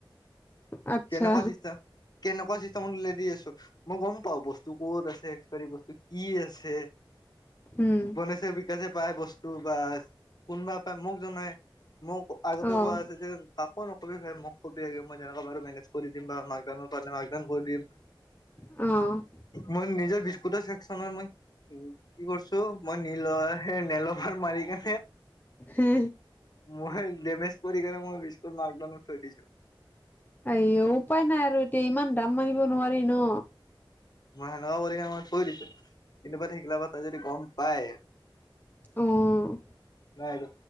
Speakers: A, on the left; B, on the left.
A: আতছা
B: কেনেকুৱা চিষ্টেম কেনেকুৱা চিচতেম হ'লে দি আছো। মই গম পাও বস্তু ক'ত আছে এক্সপাইৰী বস্তু কি আছে?
A: উম,
B: গণেশে এযে পায় বস্তু বা কোনোবা পায় মোক জনাই। মোক আগতে
A: অ',
B: কোৱা আছে যে তাকো নকবি ভাই মোক কবি আগে মই যেনেকে পাৰো মেনেজ কৰি দিম বা মাকদানৰ পালে মাকদান কৰি দিম।
A: অ'।
B: মই নিজৰ বিস্কুট চেকচনৰ মই উ কি কৰিছো মই নীলৰ সে নলফাৰ মাৰি কে
A: হে
B: ম সেই ডেমেজ কৰিকেণে মই বিস্কুল মাৰ্কডনত থৈ দিছো।
A: আইও উপায় নাই আৰু এতিয়া ইমান দাম মানিব নোৱাৰি ন।
B: মই সেনেকুৱা কৰি কিনে মই থৈ দিছো, কিন্তু পা সেইগিলা কথা যদি গম পায়
A: আহ।
B: নাই